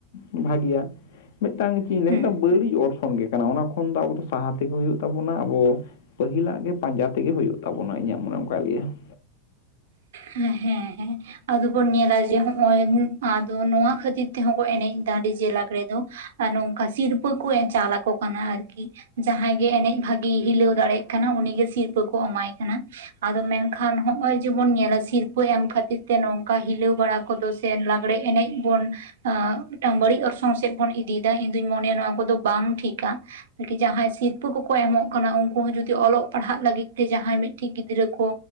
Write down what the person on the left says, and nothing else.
ᱵᱷᱟᱹᱜᱤᱭᱟ ᱾ ᱢᱤᱫᱴᱟᱝ ᱪᱮᱫ ᱤᱧ ᱞᱟᱹᱭᱟ
ᱢᱤᱫᱴᱟᱝ ᱵᱟᱹᱲᱤᱡ ᱚᱨᱥᱚᱝ ᱜᱮ ᱠᱟᱱᱟ ᱚᱱᱟ ᱠᱷᱚᱱ ᱫᱚ ᱟᱵᱚ ᱫᱚ ᱥᱟᱦᱟ ᱛᱮᱜᱮ ᱦᱩᱭᱩᱜ ᱛᱟᱵᱚᱱᱟ ᱾ ᱟᱵᱚᱼᱼ ᱯᱟᱹᱦᱤᱞᱟᱜ ᱜᱮ ᱯᱟᱸᱡᱟ ᱛᱮᱜᱮ ᱦᱩᱭᱩᱜ ᱛᱟᱵᱚᱱᱟ ᱤᱧᱟᱹᱜ ᱢᱚᱱᱮ ᱚᱱᱠᱟᱭ ᱞᱟᱹᱭᱟ ᱾